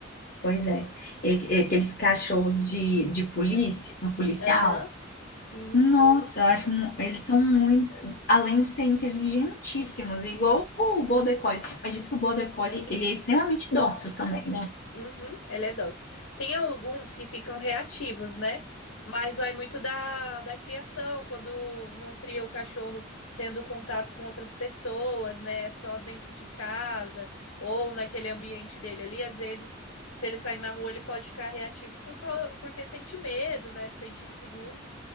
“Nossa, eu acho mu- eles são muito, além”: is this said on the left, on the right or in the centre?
Left